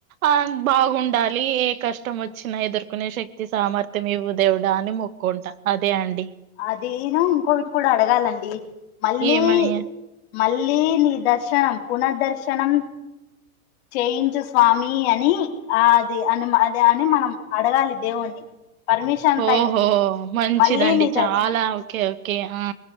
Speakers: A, on the right (about 70°); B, on the left (about 45°).
A: ఆ బాగుండాలి ఏ కష్టం వచ్చినా ఎదుర్కొనే శక్తి వ్యతి సామర్థ్యం ఇవ్వు దేవుడా అని మొక్కుంటా అదే అండి
B: అది ను ఇంకోకటి కూడా అడగాలండి మళ్ళీ
A: ఏమని
B: మళ్ళీ నీ ద ర్శనం పునః దర్శనం చేయించు స్వామి అని ఆ అది అని అది అని మనం అడగాలి దేవుణ్ణి పర్మిషన్
A: ఓహో
B: టైప్
A: మంచిదండి
B: మళ్ళీ నీ
A: చాలా
B: దర్శనం
A: ఓకే ఓకే ఆ